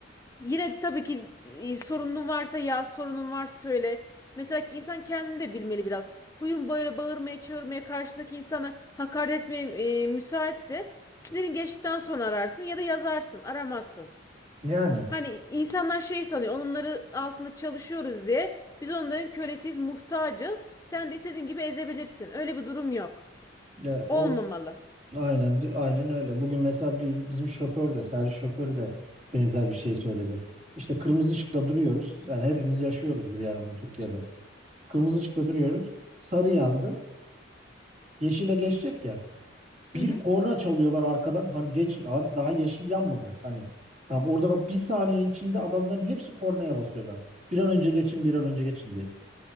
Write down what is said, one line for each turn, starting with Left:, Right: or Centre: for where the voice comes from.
Left: Yine tabii ki e, sorunun varsa yaz, sorunun varsa söyle. Mesela ki insan kendini de bilmeli biraz. Huyun böyle bağırmaya, çağırmaya, karşıdaki insana hakaret etmeye e, müsaitse sinirin geçtikten sonra ararsın ya da yazarsın, aramazsın.
Right: Yani
Left: Hani insanlar şey sanıyor, onları altında çalışıyoruz diye biz onların kölesiyiz, muhtacız. Sen de istediğin gibi ezebilirsin. Öyle bir durum yok.
Right: ya o
Left: Olmamalı.
Right: aynen aynen öyle. Bugün mesela bir, bizim şoför de servis şoförü de benzer bir şey söyledi. İşte kırmızı ışıkta duruyoruz. Yani hepimiz yaşıyoruzdur yani bunu Türkiye'de. Kırmızı ışıkta duruyoruz. Sarı yandı. Yeşile geçecek ya. Bir
Left: Hı hı.
Right: korna çalıyorlar arkadan. Hani geçin abi daha yeşil yanmadı. Hani tam orada bak bir saniye içinde adamların hepsi kornaya basıyorlar. Bir an önce geçin, bir an önce geçin diye.